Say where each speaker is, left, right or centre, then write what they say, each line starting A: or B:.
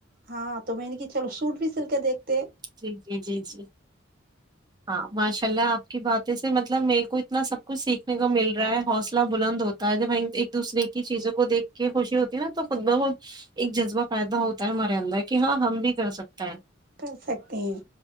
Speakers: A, on the right (about 45°); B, on the right (about 20°).
A: ہاں تو میں نے کہ چلو سوٹ بھی سل کے دیکھ
B: جی جی جی جی ہاں ماشاء اللہ آپ کی باتیں سے مطلب میرے کو اتنا سب کچھ سیکھنے کو مل رہا ہے حوصلہ بلند ہوتا ہے جب ہم ایک دوسرے کی چیزوں کو دیکھ کے خوشی ہوتی ہے نا تو خود بخود ایک جذبہ پیدا ہوتا ہے ہمارے اندر کہ ہاں ہم بھی کر سکتا ہیں
A: کر سکتے ہیں